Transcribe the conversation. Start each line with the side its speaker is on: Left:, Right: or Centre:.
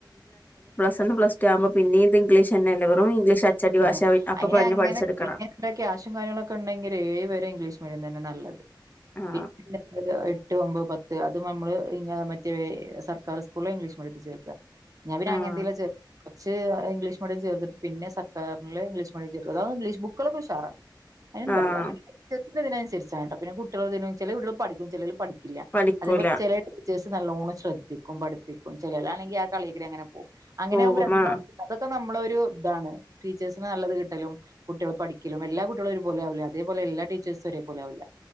Left: ണ്ണും പ്ലസ് ടു ആവുമ്പോ പിന്നീത് ഇംഗ്ലീഷെന്നല്ലെ വെറും ഇംഗ്ലീഷ് അച്ചടി
Right: ഉം
Left: ഭാഷ അപ്പൊ
Right: അയ്നങ്ങനെ
Left: പഞ്ഞ് പഠിച്ചെടുക്കണം
Right: പിന്നെത്ര ക്യാഷും കാര്യങ്ങളൊക്കെ ണ്ടെങ്കില് ഏഴ് വരെ ഇംഗ്ലീഷ് പോയെന്നെന്നെ നല്ലത്
Left: ആഹ്
Right: പിന്നെ <unintelligible> എട്ട് ഒമ്പത് പത്ത് അതും നമ്മള് പിന്നെ മറ്റ് വേ സർക്കാർ സ്കൂളില് ഇംഗ്ലീഷ് മീഡിയത്തിൽ ചേർക്ക ഞാൻ പിന്നെ
Left: ആഹ്
Right: അങ്ങൻതീല ചേ ച്ച് ഇംഗ്ലീഷ് മീഡിയം ചേർത്തിട്ട് പിന്നെ സർ ക്കാറില് ഇംഗ്ലീഷ് മീഡിയം ചേർക്ക അതും ഇംഗ്ലീഷ് ബുക്കോളൊക്കെ ഉഷാറാണ് അതിനൊന്നും
Left: ആഹ്
Right: പറില്ല തിനനുസരിച്ചാട്ടോ പിന്നെ കുട്ടികളതിനും ചെല കുട്ട്യാൾ പഠിക്കും ചേലോൽ പഠിക്കില്ല
Left: പഠിക്കൂല
Right: അതേപലെ ചെലെ ടീച്ചേർസ് നല്ലോണം ശ്രദ്ധിക്കും പഠിപ്പിക്കും ചേലോലാണെങ്കി ആ കളീ കൂടെങ്ങനെ പോ വും അങ്ങനെ
Left: പോകും
Right: ആകുമ്പോ രണ്ടാക്കും
Left: ആഹ്
Right: അതൊക്കെ നമ്മളൊരു താണ് ടീചേർസിന് നല്ലത് കിട്ടലും കുട്ടികള് പഠിക്കലും എല്ലാ കുട്ടികളും ഒരു പോലെയാവില്ല അതേപോലെ എല്ലാ ടീച്ചേഴ്സും ഒരേ പോലെയാവില്ല